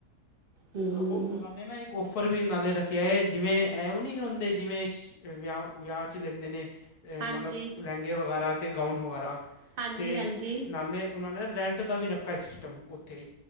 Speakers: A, on the right (about 50°); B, on the left (about 80°).
A: ਹਮ
B: ਸਗੋਂ ਉਹਨਾਂ ਨੇ ਨਾ ਇੱਕ। ਪਰਵੀ ਨਾਲੇ ਰੱਖੇ ਐ ਜਿਵੇਂਂ ਆਉਏ ਨੀ ਹੁੰਦੇ ਜਿਵੇਂ, ਜਿਵੇਂ ਵਿਆ ਵਿਆਹ 'ਚ ਲੈਂਦੇ ਨੇ। ਤੇ
A: ਹਾਂਜੀ
B: ਮਤਲਬ ਲਹਿੰਗੇ ਵਗੈਰਾ ਅਤੇ ਗਾਊਨ ਵਗੈਰਾ
A: ਹਾਂਜੀ
B: ਤੇ
A: ਹਾਂਜੀ
B: ਨਾਲੇ। ਉਹਨਾਂ ਨੇ ਰੈਂਟ ਦਾ ਵੀ ਰੱਖਾ ਸਿਸਟਮ ਉੱਥੇ ਹੀ।